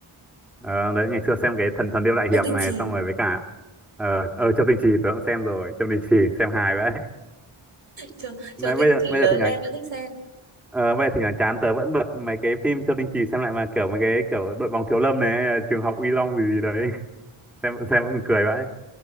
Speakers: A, in the centre; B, on the right.
A: Ờ, đấy ngày xưa xem cái thần thần điêu đại
B: Châu
A: hiệp
B: Tinh
A: này
B: Chỉ
A: xong rồi với cả ờ ờ Châu Tinh Trì tớ cũng xem rồi, Châu Tinh Trì xem hài vậy. <laughs>
B: Châu, Châu
A: Mà
B: Tinh
A: bây giờ
B: Chỉ
A: bây
B: lớn
A: giờ thì nhà
B: lên vẫn thích xem
A: ờ, bây giờ thì nhà chán tớ vẫn bật mấy cái phim Châu Tinh Trì xem lại mà kiểu mấy cái kiểu đội bóng thiếu lâm này, trường học Uy Long gì gì đấy. <laughs> Xem xem vẫn cười vậy.